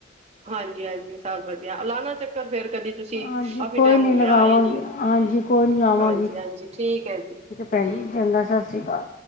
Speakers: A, on the right; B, on the left.
A: ਹਾਂਜੀ-ਹਾਂਜੀ ਸਭ ਵਧੀਆ ਲਾਣਾ ਚੱਕਰ ਫਿਰ। ਕਦੀ ਤੁਸੀਂ
B: ਹਾਂਜੀ
A: ਕਾਫ਼ੀ
B: ਕੋਈ
A: ਟਾਇਮ
B: ਨਹੀਂ
A: ਹੋ
B: ਲਗਾਵਾਂਗੀ
A: ਗਿਆ ਆਏ ਨੀ,
B: ਹਾਂਜੀ ਕੋਈ ਨਹੀਂ ਲਾਵਾਂਗੀ
A: ਹਾਂਜੀ-ਹਾਂਜੀ ਠੀਕ ਹੈ ਜੀ।
B: ਭੈਣ ਜੀ ਚੰਗਾ ਸਤਿ ਸ੍ਰੀ ਅਕਾਲ।